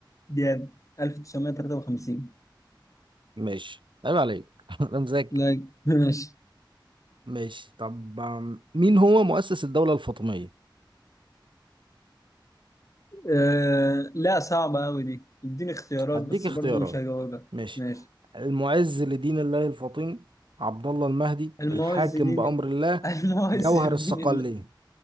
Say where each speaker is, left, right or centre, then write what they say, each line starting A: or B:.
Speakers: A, on the left; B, on the right.
A: جاب 1953
B: ماشي عيب عليك <laughs> أنا مذاكر
A: لا <laughs> ماشي
B: ماشي طب آم، مين هو مؤسس الدولة الفاطمية؟
A: آه... لا صعبة قوي دي اديني اختيارات
B: هديك
A: بس
B: اختيارات
A: برضو مش هجاوبها
B: ماشي
A: ماشي
B: المعز لدين الله الفاطمي عبد الله المهدي
A: المعز
B: الحاكم
A: دين
B: بأمر الله
A: <laughs> المعز
B: جوهر
A: دين
B: الصقلية
A: الله